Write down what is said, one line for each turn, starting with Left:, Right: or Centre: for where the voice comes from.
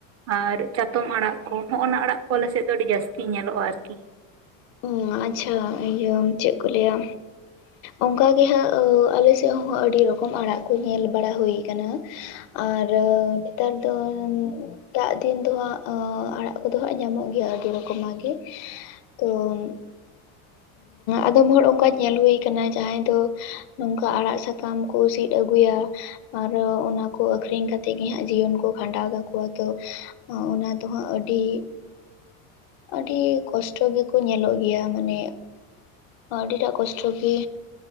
Right: ᱟᱨ ᱪᱟᱛᱚᱢ ᱟᱲᱟᱜ᱾ ᱠᱚ ᱦᱚᱸᱜᱼᱚ ᱱᱚᱭᱟ ᱟᱲᱟᱜ ᱠᱚ ᱟᱞᱮ ᱥᱮᱫ ᱫᱚ ᱟᱹᱰᱤ ᱡᱟᱹᱥᱛᱤ ᱧᱮᱞᱚᱜᱼᱟ ᱟᱨ ᱠᱤ᱾
Left: ᱚ ᱟᱪᱪᱷᱟ ᱤᱭᱟᱹ ᱪᱮᱫ ᱠᱚ ᱞᱟᱹᱭᱟ? ᱚᱱᱠᱟ ᱜᱮ ᱦᱟᱸᱜ ᱟᱞᱮ ᱥᱮᱫ ᱦᱚᱸ ᱟᱹᱰᱤ ᱨᱚᱠᱚᱢ ᱟᱲᱟᱜ ᱠᱚ ᱧᱮᱞ ᱵᱟᱲᱟ ᱦᱩᱭ ᱠᱟᱱᱟ᱾ ᱟᱨ ᱱᱮᱛᱟᱨ ᱫᱚ, ᱮᱴᱟᱜ ᱫᱤᱱ ᱫᱚ ᱦᱟᱸᱜ ᱟᱲᱟᱜ ᱠᱚ ᱫᱚ ᱦᱟᱸᱜ ᱧᱟᱢᱚᱜ ᱜᱮᱭᱟ ᱟᱹᱰᱤ ᱨᱚᱠᱚᱢ ᱟᱜ ᱜᱮ᱾ ᱛᱚ, ᱟᱫᱚᱢ ᱦᱚᱲ ᱚᱱᱠᱟ ᱧᱮᱞ ᱦᱩᱭ ᱠᱟᱱᱟ ᱡᱟᱦᱟᱸᱭ ᱫᱚ, ᱱᱚᱝᱠᱟ ᱟᱲᱟᱜ ᱥᱟᱠᱟᱢ ᱠᱚ ᱥᱤᱫ ᱟᱹᱜᱩᱭᱟ᱾ ᱟᱨ ᱚᱱᱟᱠᱚ ᱟᱠᱷᱨᱤᱧ ᱠᱟᱛᱮᱜ ᱜᱮ ᱦᱟᱸᱜ ᱡᱤᱭᱚᱱ ᱠᱚ ᱠᱷᱟᱸᱰᱟᱣ ᱫᱟᱠᱚ ᱟᱫᱚ᱾ ᱚ, ᱚᱱᱟ ᱫᱚ ᱦᱟᱸᱜ ᱟᱹᱰᱤ, ᱟᱹᱰᱤ ᱠᱚᱥᱴᱚ ᱜᱮᱠᱚ ᱧᱮᱞᱚᱜ ᱜᱮᱭᱟ ᱢᱟᱱᱮ, ᱟᱹᱰᱤᱴᱟᱜ ᱠᱚᱥᱴᱚ ᱜᱮ